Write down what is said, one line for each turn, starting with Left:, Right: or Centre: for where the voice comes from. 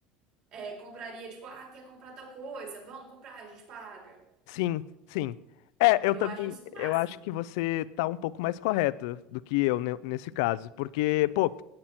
Right: é, compraria, tipo, ah, quer comprar tal coisa? Vamos comprar, a gente paga.
Left: Sim, sim. É, eu
Right: Eu
Left: também,
Right: acho isso o máximo.
Left: eu acho que você tá um pouco mais correto do que eu ne- nesse caso, porque, pô,